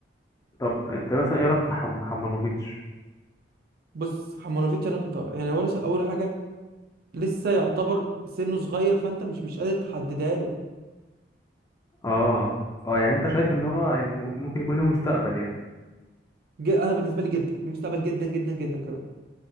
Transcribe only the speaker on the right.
بص حمانوفيتش انا كنت يعني هو لسه اول حاجه لسه يعتبر سنه صغير فانت مش مش قادر تحددها له
ج- انا بالنسبه لي جدا ليه مستقبل جدا جدا جدا كمان